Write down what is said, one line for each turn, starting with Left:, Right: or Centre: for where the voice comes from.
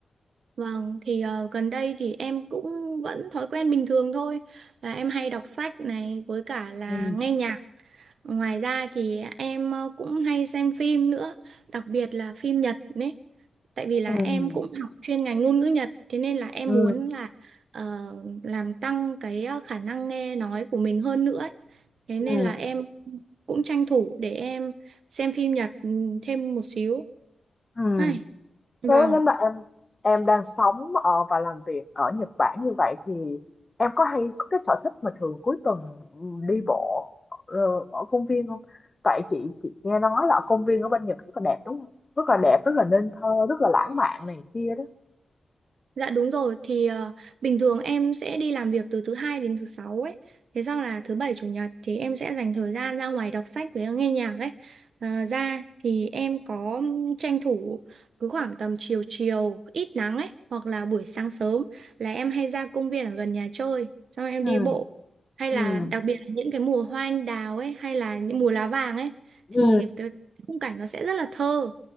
Right: Vâng, thì ờ, gần đây thì em cũng vẫn thói quen bình thường thôi là em hay đọc sách này với cả là
Left: ừ
Right: nghe nhạc. Ngoài ra thì em ờ, cũng hay xem phim nữa, đặc biệt là phim Nhật đấy. Tại vì là
Left: ừ
Right: em cũng học chuyên ngành ngôn ngữ Nhật, thế nên là em
Left: ừ
Right: muốn là ờ, làm tăng cái ờ, khả năng nghe nói của mình hơn nữa ấy. Thế
Left: ừ
Right: nên là em cũng tranh thủ để em xem phim Nhật ừ, thêm một xíu.
Left: Ừ.
Right: Ai, vâng.
Left: Thế nếu mà em em đang sống ờ, và làm việc ở Nhật Bản như vậy thì em có hay có cái sở thích mà thường cuối tuần đi bộ ờ, ở công viên không? Tại chị chị nghe nói là công viên ở bên Nhật rất là đẹp đúng không? Rất là đẹp, rất là nên thơ, rất là lãng mạn này kia đó.
Right: Dạ đúng rồi thì ờ, bình thường em sẽ đi làm việc từ thứ hai đến thứ sáu ấy. Thế xong là thứ bảy chủ nhật thì em sẽ dành thời gian ra ngoài đọc sách với nghe nhạc ấy. Ờ, ra thì em có tranh thủ cứ khoảng tầm chiều chiều ít nắng ấy hoặc là buổi sáng sớm là em hay ra công viên ở gần nhà chơi xong em
Left: ừ
Right: đi bộ hay
Left: ừ
Right: là đặc biệt là những cái mùa hoa anh đào ấy hay là những mùa lá vàng ấy
Left: ừ
Right: thì cái khung cảnh nó sẽ rất là thơ